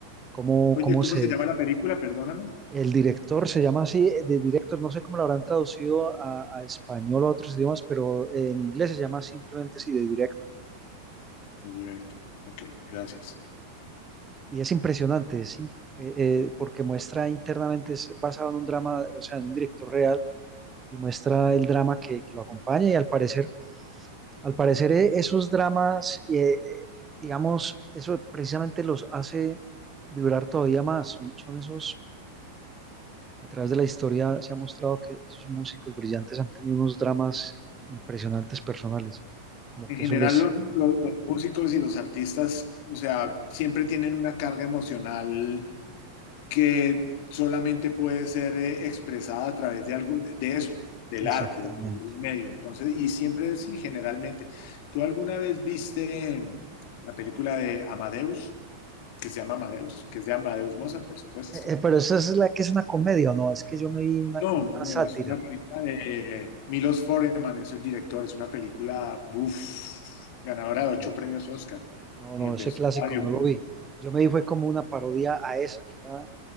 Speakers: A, on the right (about 20°); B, on the left (about 45°).
A: ¿Cómo,
B: Oye,
A: cómo
B: ¿cómo
A: se,
B: se llama la película? Perdóname.
A: el director se llama así, de director, no sé cómo lo habrán traducido a, a español o a otros idiomas, pero eh, en inglés se llama simplemente así, de directo.
B: The Director. Ok, gracias.
A: Y es impresionante, es in- eh, eh, porque muestra internamente, es basado en un drama, o sea, en un director real y muestra el drama que, que lo acompaña y al parecer, al parecer eh, esos dramas, eh, digamos, eso precisamente los hace vibrar todavía más. Son, son esos, a través de la historia se ha mostrado que esos músicos brillantes han tenido unos dramas impresionantes personales, como
B: En
A: que
B: general,
A: eso les...
B: los, los- los músicos y los artistas, o sea, siempre tienen una carga emocional que solamente puede ser eh, expresada a través de algo, de eso, del arte,
A: Exactamente.
B: de algún medio. Entonces, y siempre sí, generalmente. ¿Tú alguna vez viste eh, la película de Amadeus, que se llama Amadeus, que es de Amadeus Mozart, por supuesto?
A: Eh, eh, pero esa es la que es una comedia, ¿o ¿no? Es que yo me vi una,
B: No,
A: como una
B: no,
A: sátira.
B: es una película de Milos Forman, es el director, es una película, buf, ganadora
A: No,
B: de ocho premios Oscar.
A: no,
B: Y
A: no,
B: vestuario,
A: ese clásico no
B: mu-
A: lo vi. Yo me vi fue como una parodia a esa, que era